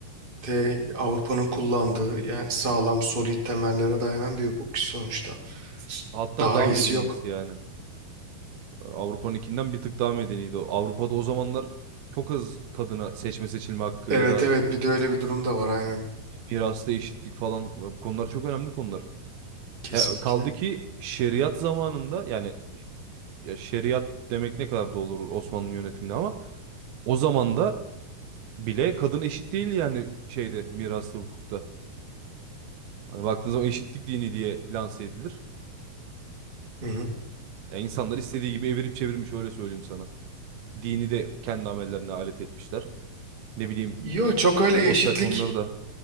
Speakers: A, on the right; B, on the right.
A: de Avrupa'nın kullandığı yani sağlam, solid temellere dayanan bir hukuk ki sonuçta.
B: Hatta
A: Daha
B: daha
A: iyisi
B: medenisi
A: yok.
B: yani. Avrupa'nınkinden bir tık daha medeniydi. Avrupa'da o zamanlar çok az kadına seçme seçilme hakkı
A: Evet
B: ya da
A: evet bir de öyle bir durum da var aynen.
B: mirasta eşitlik falan e, bu konular çok önemli konular.
A: Kesinlikle.
B: Ya kaldı ki şeriat zamanında yani ya şeriat demek ne kadar doğru olur Osmanlı yönetimine ama o zamanda bile kadın eşit değil yani şeyde miraslı hukukta. Hani baktığın zaman eşitlik dini diye lanse edilir.
A: Hı hı.
B: Yani insanlar istediği gibi evirip çevirmiş öyle söyleyeyim sana. Dini de kendi amellerine alet etmişler. Ne bileyim
A: Yo çok öyle
B: sosyal
A: eşitlik
B: konuları da.